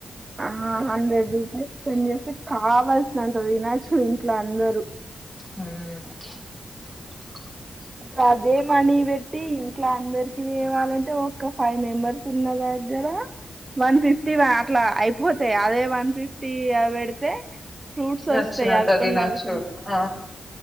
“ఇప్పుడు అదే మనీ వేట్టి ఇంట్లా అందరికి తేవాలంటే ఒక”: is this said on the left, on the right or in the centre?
Right